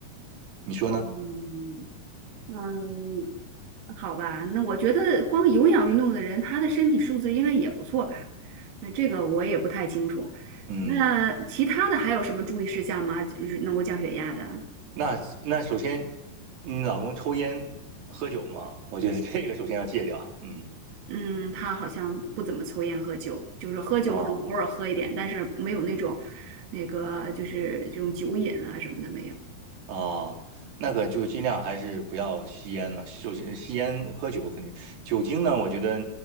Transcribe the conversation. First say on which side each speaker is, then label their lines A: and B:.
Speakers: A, on the right; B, on the right.
A: 你说呢？
B: 嗯，嗯，好吧，那我觉得光有氧运动的人，他的身体素质应该也不错吧？那这个我也不太清楚。
A: 嗯，
B: 那其他的还有什么注意事项吗？就是能够降血压的？
A: 那那首先你老公抽烟喝酒嘛，我觉得这个首先要戒掉，嗯
B: 嗯，他好像不怎么抽烟喝酒，就是喝酒可能偶尔喝一点，
A: 啊。
B: 但是没有那种那个就是这种酒瘾啊什么的没有。
A: 啊，那个就尽量还是不要吸烟了。首先，吸烟、喝酒肯定，酒精呢，我觉得